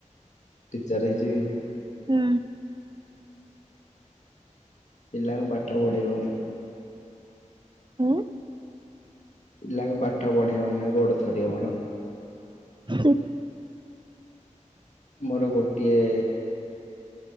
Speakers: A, on the left (about 65°); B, on the right (about 35°).
A: ଟିଚର ହେଇଯିବି।
B: ହୁଁ।
A: ପିଲାଙ୍କୁ ପାଠ ପଢେଇ ହୋଉନି
B: ଉଁ।
A: ପିଲାଙ୍କୁ ପାଠ ପଢେଇହବନି ପା ଗୋଡ ଥରିବ ମୋର।
B: ହୁଁହୁଁ।
A: ମୋର ଗୋଟିଏ